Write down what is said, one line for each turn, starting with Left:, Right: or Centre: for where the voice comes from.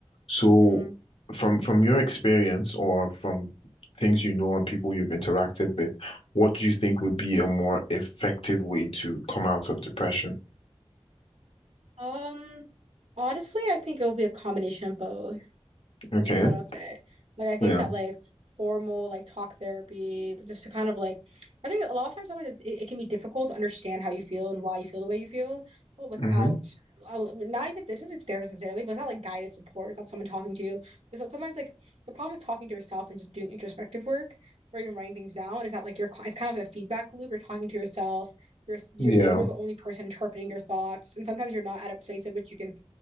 Left: So
Right: hmm
Left: from from your experience or from things you know and people you've interacted with, what do you think would be a more effective way to come out of depression?
Right: Um, honestly, I think it will be a combination of both.
Left: Okay.
Right: That's what I'd say. Like I think
Left: Yeah.
Right: that like formal like talk therapy, just to kind of like, I think a lot of times sometimes it's, it, it can be difficult to understand how you feel and why you feel the way you feel, well, without
Left: Mm-hmm.
Right: uh, not even it isn't there necessarily, but not like guided support without someone talking to you. Because so, sometimes like the problem with talking to yourself and just doing introspective work or even writing things down is that like you're it's kind of a feedback loop. You're talking to yourself. You're you're
Left: Yeah.
Right: the, you're the only person interpreting your thoughts, and sometimes you're not at a place at which you can